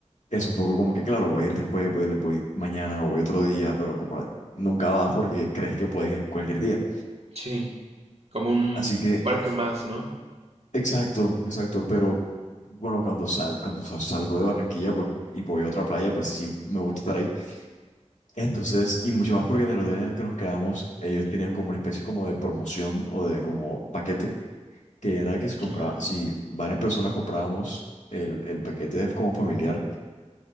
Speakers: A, on the left; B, on the right.
A: es un poco como que, claro, voy a ir después, voy, voy mañana o voy otro día, pero como la- nunca vas porque crees que puedes ir cualquier día.
B: Sí, como un
A: Así que,
B: parque más, ¿no?
A: exacto, exacto, pero bueno, cuando sal, cuando sa- salgo de Barranquilla pues, y voy a otra playa, pues sí me gusta estar ahí. Entonces, y mucho más porque en el hotel en el que nos quedamos, ellos tenían como una especie como de promoción o de como paquete, que era que si compraba,
B: Ajá.
A: si varias personas comprábamos el, el paquete de- como familiar